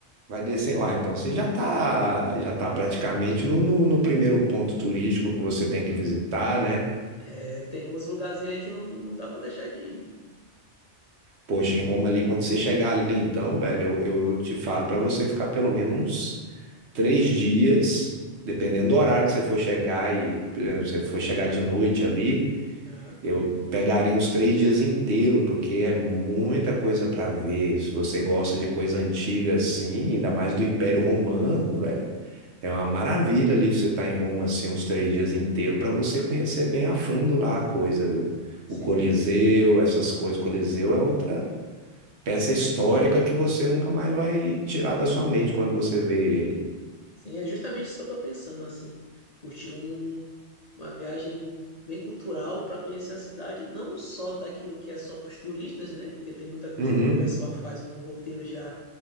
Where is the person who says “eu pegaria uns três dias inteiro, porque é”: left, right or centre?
Right